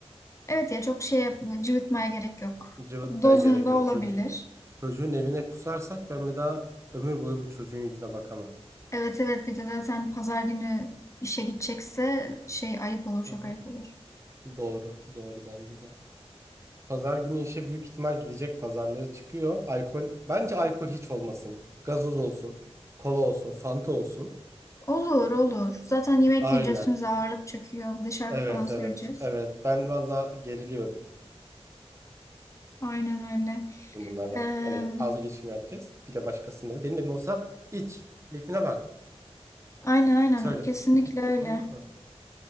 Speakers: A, on the left; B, on the right.
A: Evet ya çok şey yap- cıvıtmaya gerek yok.
B: Cıvıtmaya
A: Dozunda
B: gerek yok.
A: olabilir.
B: Çocuk, çocuğun evine kusarsak ben bir daha ömür boyu bu çocuğun yüzüne bakamam.
A: Evet evet bir de zaten pazar günü işe gidecekse şey ayıp olur çok
B: Hı hı.
A: ayıp olur.
B: Doğru, doğru bence de. Pazar günü işe büyük ihtimal gidecek. Pazarları çıkıyor. Alkol, bence alkol hiç olmasın. Gazoz olsun, kola olsun, fanta olsun.
A: Olur olur. Zaten yemek
B: Aynen.
A: yiyince üstümüze ağırlık çöküyor. Bir de şarkı
B: Evet,
A: falan söyleyeceğiz.
B: evet, evet. Ben valla geriliyorum
A: Aynen öyle.
B: bunlardan.
A: Eee,
B: Hani ağzıyla içmiyor herkes. Bir de başkasının evi. Benim evim olsa iç. Keyfine bak.
A: aynen aynen.
B: Söyle
A: Kesinlikle
B: bir şey diyecektin
A: öyle.
B: ama. Hı. hı.